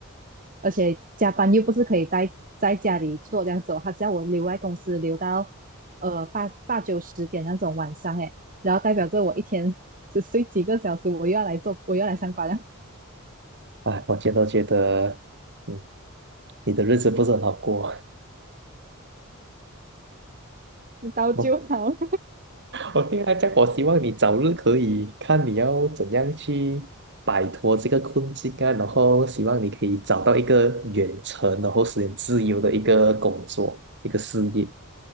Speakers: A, on the right; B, on the right.
A: 而且加班又不是可以在在家里做这样子哦，还是要我留在公司留到呃八八九十点那种晚上诶，然后代表着我一天只睡几个小时，我又要来做，我又要来上班了，
B: 啊，我觉得觉得，嗯，你的日子不是很好过。<laughs>
A: 知道就好。
B: 我我啊，这讲，我希望你早日可以看你要怎样去摆脱这个困境啊，然后希望你可以找到一个远程，然后实现自由的一个工作，一个事业。